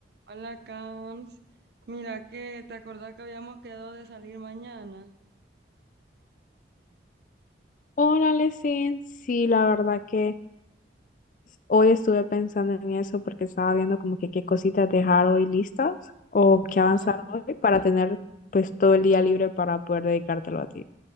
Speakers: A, on the right; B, on the left.
A: Hola, Cams. Mira que te acordás que habíamos quedado de salir mañana.
B: Hola, Lesin. Sí, la verdad que hoy estuve pensando en eso porque estaba viendo como que qué cositas dejar hoy listas o qué
A: Ajá.
B: avanzar hoy para tener pues todo el día libre para poder dedicártelo a ti